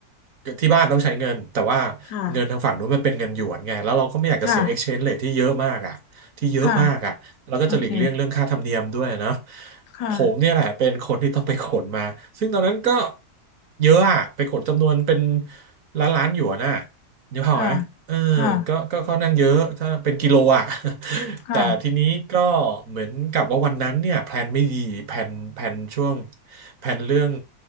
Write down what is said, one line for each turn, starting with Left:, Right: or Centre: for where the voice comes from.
Right: ที่บ้านต้องใช้เงินแต่ว่า
Left: ค่ะ
Right: เงินทางฝั่งนู้นมันเป็นเงินหยวนไงแล้วเราก็ไม่อยากจะเสีย
Left: ค่ะค่ะ
Right: exchange rate ที่เยอะมากอ่ะที่เยอะมากอ่ะ
Left: ค่ะ
Right: แล้วก็จะหลีกเลี่ยงเรื่องค่าธรรมเนียมด้วยนะ
Left: โอเคค่ะ
Right: ผมเนี่ยแหละเป็นคนที่ต้องไปขนมาซึ่งตอนนั้นก็เยอะอะไปขนจำนวนเป็นล้านล้านหยวนน่ะนึกภาพไหมเออ
Left: ค่ะค่ะ
Right: ก็ก็ค่อนข้างเยอะถ้าเป็นกิโลอ่ะ <laughs>
Left: ค่ะ
Right: แต่ทีนี้ก็เหมือนกับว่าวันนั้นเนี่ยแพลนไม่ดีแพลนแพลนช่วงแพลนเรื่อง